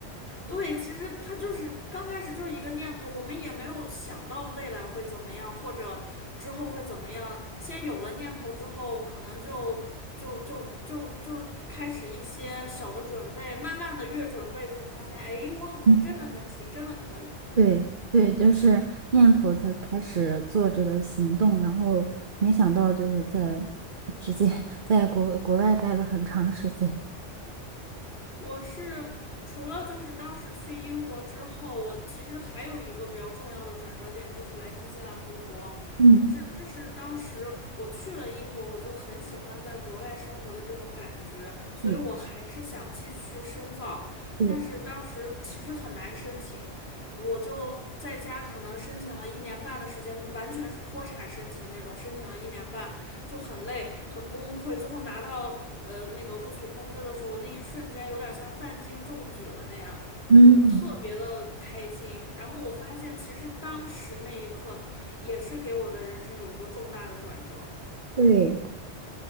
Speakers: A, on the left; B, on the right.
A: 对，其实他就是刚开始就是一个念头，我们也没有想到未来会怎么样，或者之后会怎么样。先有了念头之后，可能就就就就就开始一些小的准备，慢慢的越准备就发现，哎，我好像真的能行，
B: 嗯
A: 真的可以。
B: 对对，就是念头才开始做这个行动，然后没想到就是在直接 <laughs> 在国国外待了很长时间。
A: 我是除了就是当时去英国之后，我其实还有一个比较重要的转折点，就是来新西兰读博。
B: 嗯，
A: 这这是当时我去了英国，我就很喜欢在国外生活的这种感觉，所以我还是想继续深造。
B: 对对。
A: 但是当时其实很难申请，我就在家可能申请了一年半的时间，完全是脱产申请那种，申请了一年半就很累，很崩溃，最后拿到。呃那个录取通知的时候，我那一瞬间有点像范进中举了那样，
B: 嗯，
A: 就特别的开心。然后我发现，其实当时那一刻也是给我的人生有一个重大的转折，
B: 对，